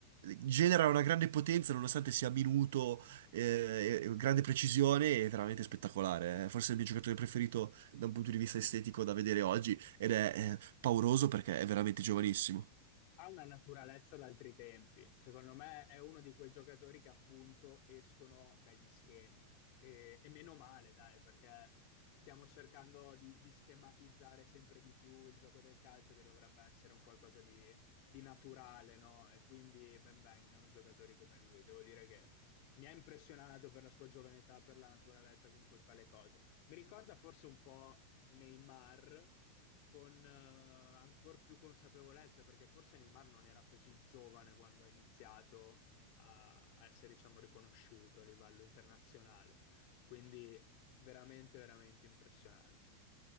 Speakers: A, on the right (about 70°); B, on the left (about 55°).
A: genera una grande potenza nonostante sia minuto eh, eh, grande precisione e veramente spettacolare. È forse il mio giocatore preferito da un punto di vista estetico da vedere oggi ed è, eh, pauroso perché è veramente giovanissimo.
B: Ha una naturalezza d'altri tempi. Secondo me è uno di quei giocatori che appunto escono dagli schemi. E, e meno male, dai, perché stiamo cercando di, di schematizzare sempre di più il gioco del calcio, che dovrebbe essere un qualcosa di, di naturale, no? E quindi benvengano giocatori come lui. Devo dire che mi ha impressionato per la sua giovane età, per la naturalezza con cui fa le cose. Mi ricorda forse un po' Neymar con eh, ancora più consapevolezza, perché forse Neymar non era così giovane quando ha iniziato a a essere, diciamo, riconosciuto a livello internazionale. Quindi veramente, veramente impressionante.